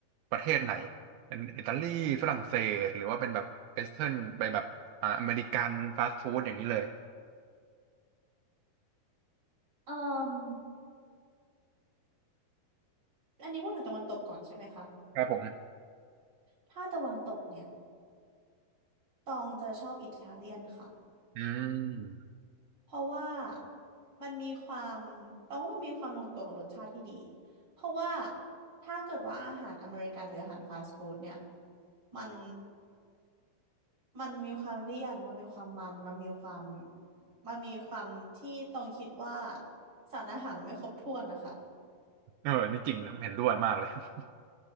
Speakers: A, on the right (about 80°); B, on the right (about 25°).
A: ประเทศไหน เป็นอิตาลีฝรั่งเศสหรือว่าเป็นแบบเวสเทิร์นไปแบบอ่าอเมริกันฟาสต์ฟู้ดอย่างนี้เลย
B: เอ่มอันนี้พูดถึงตะวันตกก่อนใช่ไหมคะ
A: ครับผม
B: ถ้าตะวันตกเนี่ยตองจะชอบอิตาเลียนค่ะ
A: อืม
B: เพราะว่ามันมีความตองว่ามันมีความลงตัวของรสชาติที่ดีเพราะว่าถ้าเกิดว่าอาหารอเมริกันหรืออาหารฟาสต์ฟู้ดเนี่ยมัน มันมีความเลี่ยนมันมีความมันมันมีความ มันมีความที่ตรงคิดว่าสารอาหารมันไม่ครบถ้วนนะคะ
A: เออนี่จริงนะเห็นด้วยมากเลย <laughs>